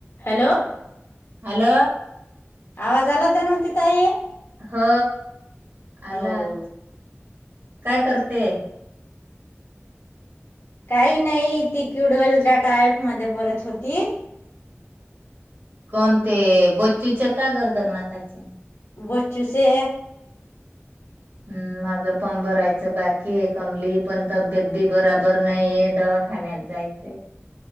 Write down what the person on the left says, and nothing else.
Hello.
आवाज आला धन्वंती ताई?
होऊ
काही नाही ती क्युडवेल डाटा ऍप मध्ये बोलत होती.
बचूचे.